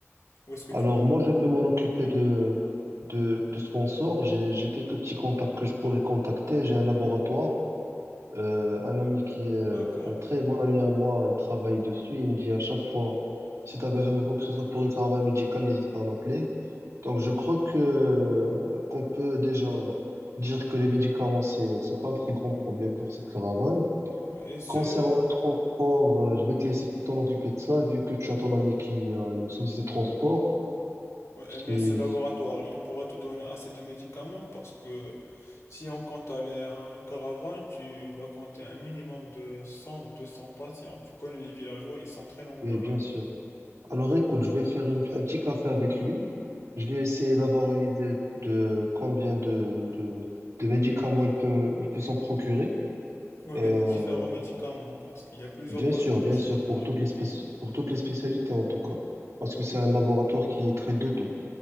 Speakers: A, on the left (about 70°); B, on the right (about 80°).
A: Où est-ce que
B: Alors
A: tu peux?
B: moi, je peux m'en occuper de, de, de sponsors. J'ai, j'ai quelques petits contacts que je pourrais contacter. J'ai un laboratoire, euh, un ami qui est euh,
A: D'accord.
B: un très bon ami à moi, il travaille dessus. Il me dit à chaque fois, si tu as besoin de quoi que ce soit pour une caravane médicale, n'hésite pas à m'appeler. Donc je crois que qu'on peut déjà dire que les médicaments, c'est, c'est pas un très grand problème pour cette caravane.
A: Et ce,
B: Concernant le transport, euh, je vais te laisser t'en occuper de ça, vu que tu as ton ami qui a une société de transport.
A: ouais,
B: Si,
A: mais ce laboratoire, il pourra te donner assez de médicaments parce que si on compte aller à une caravane, tu vas compter un minimum de 100 ou 200 patients. Tu connais les villageois, ils sont très nombreux
B: Oui, bien
A: là.
B: sûr. Alors écoute, je vais faire une- un petit café avec lui. Je vais essayer d'avoir une idée de combien de, de, de médicaments il peut, me- il peut s'en procurer.
A: Oui,
B: Euh,
A: mais des différents médicaments, parce qu'il y a plusieurs
B: bien
A: pathologies.
B: sûr, bien sûr, pour
A: D'accord.
B: toutes les spéci- pour toutes les spécialités en tout cas. Parce que c'est un laboratoire qui traite de tout.